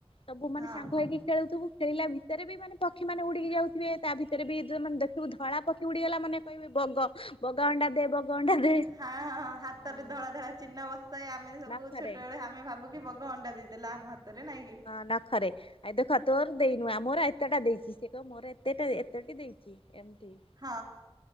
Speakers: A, on the left; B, on the right.
A: ସବୁ ମାନେ
B: ହଁ
A: ସାଙ୍ଗ ହେଇକି ଖେଳୁଥିବୁ ଖେଳିଲା ଭିତରେ ବି ମାନେ ପକ୍ଷୀ ମାନ ଉଡିକି ଯାଉଥିବେ ତା ଭିତରେ ବି ମାନେ ଦେଖିବୁ ଧଳା ପକ୍ଷୀ ଉଡିଗଲା ମାନେ କହିବେ ବଗ ବଗ ଅଣ୍ଡା ଦେ ବଗ ଅଣ୍ଡା ଦେ
B: ହଁ ହଁଁ ହାତରେ
A: ହଁ
B: ଧଳା ଧଳା ଚିହ୍ନ ବସ ସେଇ ଆମେ ସବୁ
A: ନଖରେ
B: ଛୋଟବେଳେ ଆମେ ଭାବୁ କିି ବଗ ଅଣ୍ଡା ଦେଇଦେଲା ଆମ ହାତରେ ନାଇଁକି।
A: ହଁ ନଖରେ ଆଉ ଦେଖ ତୋର ଦେଇନୁହଁ ମୋର ଏତେଟା ଦେଇଛି ସେ କହ ମୋର ଏତେଟା ଏତେଟି ଦେଇଛି ଏମତି।
B: ହଁ